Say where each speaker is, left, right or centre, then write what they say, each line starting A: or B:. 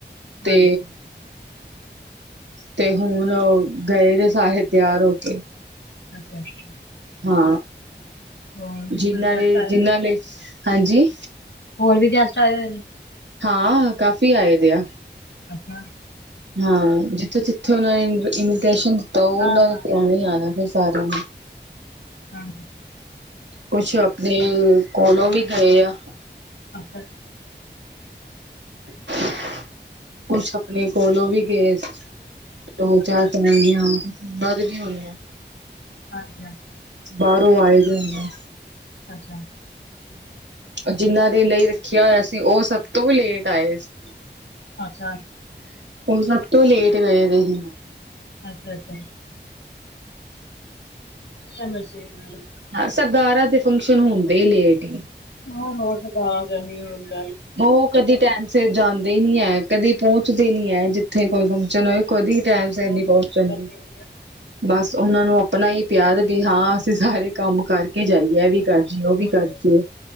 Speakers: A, on the right; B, on the left.
A: ਤੇ
B: ਹਾਂਜੀ
A: ਤੇ ਹੁਣ ਗਏ ਨੇ ਸਾਰੇ ਤਿਆਰ ਹੋ ਕੇ
B: ਅੱਛਾ ਅੱਛਾ
A: ਹਾ
B: ਹੋਰ ਵੀ
A: ਜਿਨਾ
B: ਕੋਈ ਗੈਸਟ
A: ਨੇ
B: ਆਏ
A: ਜਿਨਾ
B: ਹੋਏ
A: ਲਈ ਹਾਂਜੀ
B: ਹੋਰ ਵੀ ਗੈਸਟ ਆਏ ਹੋਏ
A: ਹਾਂ ਕਾਫੀ ਆਏ ਦੇ ਆ
B: ਅੱਛਾ
A: ਹਾਂ ਜਿੱਥੋਂ ਜਿੱਥੋਂ ਉਨਾਂ ਨੇ ਇੰਟੈਂਸ਼ਨ ਤਾਂ ਉਹਨਾਂ
B: ਹਾਂ-ਹਾਂ,
A: ਨੂੰ ਪਿਆਰ ਸਾਰਿਆਂ ਨੇ
B: ਹਾਂ
A: ਕੁਛ ਆਪਣੇ ਕੋਲੋ ਵੀ ਗਏ ਆ
B: ਅੱਛਾ ਅੱਛਾ
A: ਕੁਝ ਆਪਣੇ ਕੋਲੋ ਵੀ ਗਏ ਦੋ-ਚਾਰ
B: ਅੱਛਾ,
A: ਤਾ ਹੋਣਗੀਆਂ, ਬੰਦ ਨਹੀਂ ਹੋਣੀਆ।
B: ਹਾਂਜੀ-ਹਾਂਜੀ।
A: ਬਾਹਰੋਂ ਆਏ ਦੇ ਹੁੰਦੇ।
B: ਅੱਛਾ।
A: ਜਿਨਾਂ ਦੇ
B: ਹੋਰ,
A: ਲਈ ਰੱਖਿਆ ਹੋਇਆ ਸੀ ਉਹ ਸਭ ਤੋਂ ਵੀ ਲੇਟ ਆਏ ਸੀ।
B: ਅੱਛਾ।
A: ਸਭ ਤੋਂ ਲੇਟ ਗਏ ਦੇ ਸੀ।
B: ਅੱਛਾ-ਅੱਛਾ। ਐਨਰਸਰੀ ਵੀ ਮਨਾ ਲਈ।
A: ਹਾਂ ਸਰਦਾਰਾਂ ਦੇ ਫੰਕਸ਼ਨ ਹੁੰਦੇ ਹੀ ਲੇਟ ਨੇ।
B: ਹੋਰ-ਹੋਰ ਸੁਧਾਰਣਾ ਚਾਹੀਦਾ ਹੈ।
A: ਉਹ ਕਦੀ ਟਾਈਮ ਸਿਰ ਜਾਂਦੇ ਹੀ ਨਹੀਂ ਐ, ਕਦੀ ਪਹੁੰਚਦੇ ਹੀ ਨਹੀਂ ਐ, ਜਿੱਥੇ ਕੋਈ ਫੰਕਸ਼ਨ ਹੋਏ। ਕਦੇ ਟਾਈਮ ਸਿਰ
B: ਹੋਰ-ਹੋਰ
A: ਨਹੀ ਪਹੁੰਚਣਗੇ
B: ਹਾਂਜੀ।
A: ਬਸ ਉਹਨਾਂ ਨੂੰ ਆਪਣਾ ਹੀ ਪਿਆਰ ਤੇ ਹਾਂ ਅਸੀਂ ਸਾਰੇ ਕੰਮ ਕਰਕੇ ਜਾਈਏ ਇਹ ਵੀ ਕਰਜੀ ਏ ਉਹ
B: ਹੋਰ-ਹੋਰ,
A: ਵੀ ਕਰਜੀ ਏ,